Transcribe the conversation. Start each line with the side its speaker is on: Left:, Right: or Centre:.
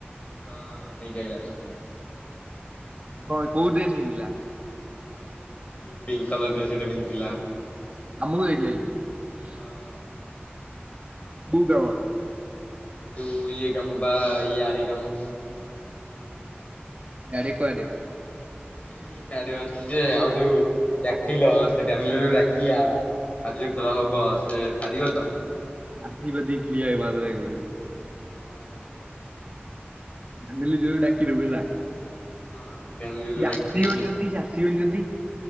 Left: ହଁ ନେଇକି ଆଇଲାଣି।
Right: ହଁ କୋଉ ଡ୍ରେସ୍ ପିନ୍ଧିଲା?
Left: ଆଉ ଯୋଉ ପିଙ୍କ୍ କଲର ଡ୍ରେସ୍ ଗୋଟେ ପିନ୍ଧିଥିଲା।
Right: ଆମ ଘରୁକୁ ଯାଇଥିଲା କି?
Left: ହଁ ହଁ।
Right: କୋଉଟା ମ।
Left: ଏ ଯୋଉ ଇଏ କାମ ବା ଇଆଡେ କାମ।
Right: ଆଡେ କୁଆଡେ?
Left: ହୁଁ ସେଡେ ଅଛି ଯେ ଆଉ ଯୋଉ ଡାକିଲ ସେଠି ଆମେ ଯେତେବେଳେ ଡାକିଆ ଆଜି ଯୋଉ ଖେଳ ହବ ସେ ପାରିବ ତ?
Right: ଗାଧେଇ ପାଧେଇ ଠିଆ ହେବାକୁ କହିଲେ।
Left: ହୁଁ।
Right: ମାନେଲି ଯୋରେ ଡାକି ଦବୁ ହେଲା।
Left: ହଁ। ଫ୍ୟାମିଲିରୁ
Right: ସିଏ
Left: ଡାକିକି
Right: ଆସିବନି ଯଦି ସିଏ ଆସିବିନି ଯଦି?